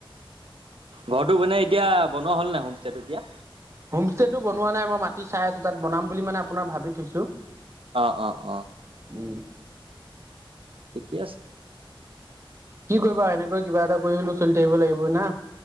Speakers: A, on the right; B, on the right.
A: ঘৰটো মানে এতিয়া বনোৱা হ'ল নাই হোমষ্টেটো এতিয়া
B: হোম ষ্টেটো বনোৱা নাই মই মাটি চাই আছো তাত বনাম বুলি মানে আপোনাৰ ভাবি থৈছো।
A: অ' অ' অ'।
B: উম।
A: ঠিকে আছে।
B: কি কৰিবা এনেকৈ কিবা এটা কৰি হ'লেও চলি থাকিব লাগিব না।